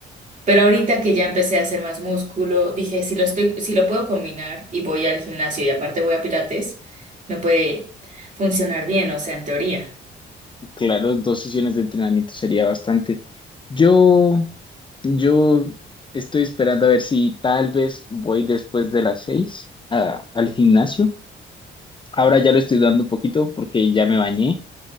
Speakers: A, on the right; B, on the left.
A: Pero ahorita que ya empecé a hacer más músculo, dije, si lo estoy, si lo puedo combinar y voy al gimnasio y aparte voy a Pilates, me puede funcionar bien, o sea, en teoría. <laughs>
B: Claro, dos sesiones de entrenamiento sería bastante. Yo, yo estoy esperando a ver si tal vez voy después de las seis a- al gimnasio. Ahora ya lo estoy dando un poquito porque ya me bañé.